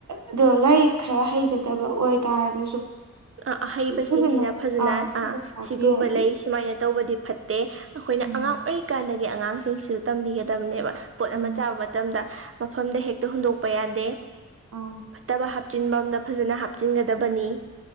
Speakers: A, on the right; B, on the right.
A: ꯑꯗꯣ ꯂꯥꯏꯔꯤꯛ ꯈꯔ ꯍꯩꯖꯗꯕ ꯑꯣꯏꯇꯥꯔꯒꯁꯨ
B: ꯑ ꯑꯍꯩꯕꯁꯤꯡꯁꯤꯅ
A: ꯐꯖꯅ
B: ꯐꯖꯅ
A: ꯑꯥ ꯐꯖꯅ
B: ꯑ
A: ꯇꯥꯛꯄꯤꯔꯗꯤ
B: ꯁꯤꯒꯨꯝꯕ ꯂꯩ ꯁꯨꯃꯥꯏꯅ ꯇꯧꯕꯗꯤ ꯐꯠꯇꯦ ꯑꯩꯈꯣꯏꯅ
A: ꯎꯝ
B: ꯑꯉꯥꯡ ꯑꯣꯏꯔꯤꯀꯥꯟꯗꯒꯤ ꯑꯉꯥꯡꯁꯤꯡꯁꯤꯁꯨ ꯇꯝꯕꯤꯒꯗꯕꯅꯦꯕ꯫ ꯄꯣꯠ
A: ꯎꯝ
B: ꯑꯃ ꯆꯥꯕ ꯃꯇꯝꯗ ꯃꯐꯝꯗ ꯍꯦꯛꯇ ꯍꯨꯟꯗꯣꯛꯄ ꯌꯥꯗꯦ꯫
A: ꯑꯥ꯫
B: ꯐꯠꯇꯕ ꯍꯥꯞꯆꯤꯟꯕꯝꯗ ꯐꯖꯅ ꯍꯥꯞꯆꯤꯟꯒꯗꯕꯅꯤ꯫